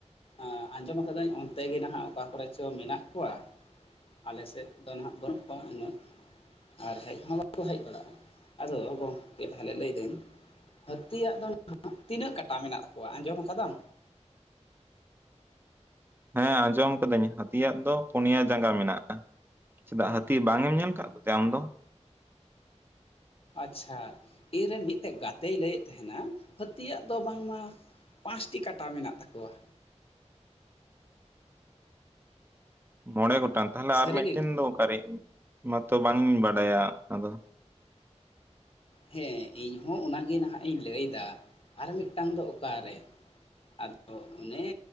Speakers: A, on the left (about 50°); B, on the right (about 20°).
A: ᱮᱸ ᱟᱸᱡᱚᱢ ᱟᱹᱠᱟᱫᱟᱹᱧ ᱚᱱᱛᱮ ᱜᱮ ᱱᱟᱦᱟᱜ ᱚᱠᱟ ᱠᱚᱨᱮ ᱪᱚ ᱢᱮᱱᱟᱜ ᱠᱚᱣᱟ ᱟᱞᱮᱥᱮᱫ ᱫᱚ ᱱᱟᱦᱟᱜ ᱵᱟᱹᱱᱩᱜ ᱠᱚᱣᱟ ᱩᱱᱟᱹᱜ ᱟᱨ ᱦᱮᱡ ᱦᱚᱸ ᱵᱟᱠᱚ ᱦᱮᱡ ᱵᱟᱲᱟᱜᱼᱟ ᱟᱫᱚ ᱜᱚᱢᱠᱮ ᱛᱟᱦᱞᱮ ᱞᱟᱹᱭ ᱫᱟᱹᱧ ᱦᱟᱹᱛᱤᱭᱟᱜ ᱫᱚ ᱱᱟᱦᱟᱜ ᱛᱤᱱᱟᱹᱜ ᱠᱟᱴᱟ ᱢᱮᱱᱟᱜ ᱛᱟᱠᱚᱣᱟ ᱟᱸᱡᱚᱢ ᱠᱟᱫᱟᱢ
B: ᱦᱮᱸ ᱟᱸᱡᱚᱢ ᱠᱟᱹᱫᱟᱹᱧ ᱦᱟᱹᱛᱤᱭᱟᱜ ᱫᱚ ᱯᱳᱱᱭᱟ ᱡᱟᱸᱜᱟ ᱢᱮᱱᱟᱜᱼᱟ ᱪᱮᱫᱟᱜ ᱦᱟᱹᱛᱤ ᱵᱟᱝ ᱮᱢ ᱧᱮᱞᱠᱟᱫ ᱠᱚᱛᱮ ᱟᱢ ᱫᱚ
A: ᱟᱪᱪᱷᱟ ᱤᱧ ᱨᱮᱱ ᱢᱤᱫᱴᱮᱡ ᱜᱟᱛᱮᱭ ᱞᱟᱹᱭᱮᱫ ᱛᱟᱦᱮᱱᱟ ᱦᱟᱹᱛᱤᱭᱟᱜ ᱫᱚ ᱵᱟᱝᱢᱟ ᱯᱟᱸᱥᱴᱤ ᱠᱟᱴᱟ ᱢᱮᱱᱟᱜ ᱛᱟᱠᱚᱣᱟ
B: ᱢᱚᱬᱮ ᱜᱚᱴᱟᱝ ᱛᱟᱦᱚᱞᱮ
A: ᱥᱟᱹᱨᱤᱜᱮ
B: ᱟᱨ ᱢᱤᱫᱴᱮᱱ ᱫᱚ ᱚᱠᱟᱨᱮ ᱤᱧ ᱢᱟᱛᱚ ᱵᱟᱝ ᱤᱧ ᱵᱟᱰᱟᱭᱟ ᱟᱫᱚ
A: ᱦᱮᱸ ᱤᱧ ᱦᱚᱸ ᱚᱱᱟᱜᱮ ᱱᱟᱦᱟᱜ ᱤᱧ ᱞᱟᱹᱭᱫᱟ ᱟᱨ ᱢᱤᱫᱴᱟᱝ ᱫᱚ ᱚᱠᱟᱨᱮ ᱟᱫᱚ ᱚᱱᱮ